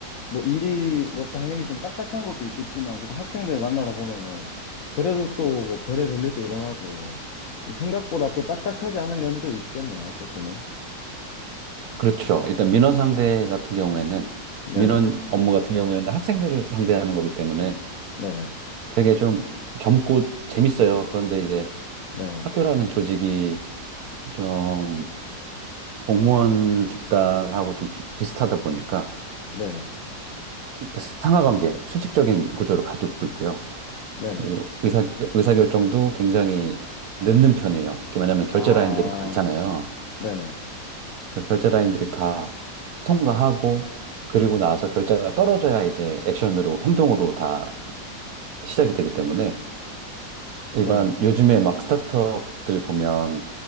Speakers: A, on the left; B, on the right.
A: 뭐 일이 뭐 당연히 좀 딱딱한 것도 있겠지만 그래도 학생들 만나다 보면은 그래도 또 뭐 별의별 일도 일어나고 좀 생각보다 또 딱딱하지 않은 면도 있겠네요, 조금은.
B: 그렇죠. 일단 민원 상대 같은 경우에는
A: 네네.
B: 민원 업무 같은 경우에는 학생들을 상대하는 거기 때문에
A: 네네.
B: 되게 좀 젊고 재밌어요. 그런데 이제
A: 네네.
B: 학교라는 조직이 좀 공무원 집단하고 좀 비, 비슷하다 보니까
A: 네네.
B: 상하 관계, 수직적인 구조를 가지고 있고요.
A: 네네.
B: 그리고 의사, 의사결정도 굉장히 늦는 편이에요. 왜냐하면 결제
A: 아,
B: 라인들이 많잖아요.
A: 네네.
B: 그래서 결제 라인들을 다 통과하고 그리고 나서 결제가 떨어져야 이제 액션으로 행동으로 다 시작이 되기 때문에 일반
A: 네네.
B: 요즘에 막 스타트업들 보면